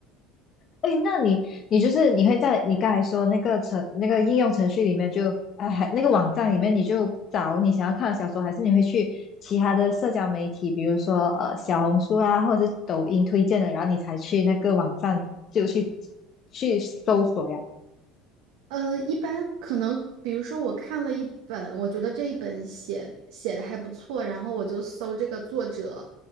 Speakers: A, on the left; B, on the right.
A: 哎，那你你就是你会在你刚才说那个程那个应用程序里面就哎还那个网站里面你就找你想要看的小说，还是你会去其他的社交媒体，比如说呃小红书啊，或者是抖音推荐的，然后你才去那个网站就去去搜索呀？
B: 呃，一般可能，比如说我看了一本，我觉得这一本写写的还不错，然后我就搜这个作者，